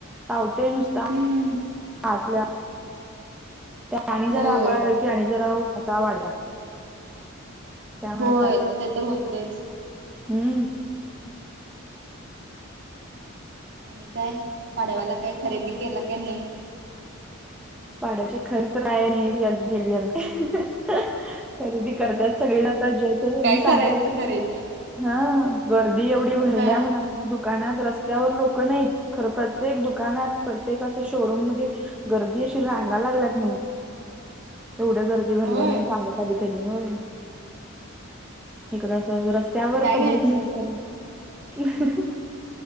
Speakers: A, in the centre; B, on the right (about 55°).
A: तावतय नुसता
B: हम्म
A: आतल्या त्या आणि जरा
B: होय
A: आभाळ आलं कि आणि जरा <inaudible> उष्णता वाढत्या त्यामुळे
B: होय ते तर होतंच
A: हं
B: आणि काय पाडव्याला काय खरेदी केला कि नाही?
A: पाडव्याची खरी तर काय नाही आजुन आम्ही खरेदी करतात सगळी ना तर जय ते
B: काय
A: सांगालती
B: करायचं खरेदी
A: हं गर्दी एवढी भरल्या
B: हा
A: म्हणा दुकानात, रस्त्यावर लोक नाहीत खरं प्रत्येक दुकानात प्रत्येक असं शोरूम मध्ये गर्दी अशी रांगा लागल्यात म्हण, तेवढे गर्दी भरले
B: होय
A: म्हणून सांग काली कनी होय इकडं असं रस्त्यावर
B: काय
A: पब्लिक
B: घ्यायचं
A: नाही इकडे